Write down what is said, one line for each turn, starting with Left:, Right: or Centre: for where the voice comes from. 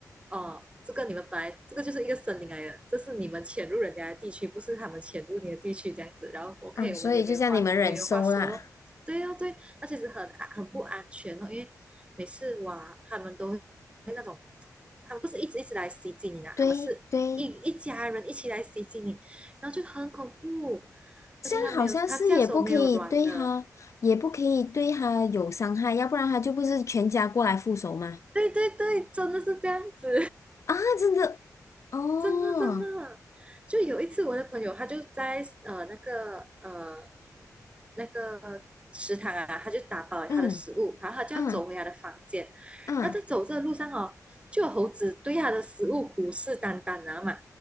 Right: 哦，这个你们本来这个就是一个森林来的，这是你们潜入人家的地区，不是他们潜入你的地区这样子。然后 OK，
Left: 啊，所以就叫你们忍受啦，
Right: 我们也没有话没有话说咯。对哦，对啊，那其实很很不安全哦，因为每次哇，他们都会那种，他们不是一直一直来袭击你呢，
Left: 对对，
Right: 他们是一一家人一起来袭击你，然后就很恐怖，
Left: 这样好像是也不可以对他，
Right: 而且他没有他下手没有软的。
Left: 也不可以对他有伤害，要不然他就不是全家过来复仇吗？
Right: 对对对，真的是这样子。
Left: 啊，真的，哦，
Right: 真的真的，就有一次我的朋友他就在呃那个呃那个食堂啊，他就打包了他的食物，
Left: 嗯
Right: 然后他就要走回他的房间，
Left: 嗯。嗯
Right: 然后在走这个路上哦，就有猴子对他的食物虎视眈眈啊嘛，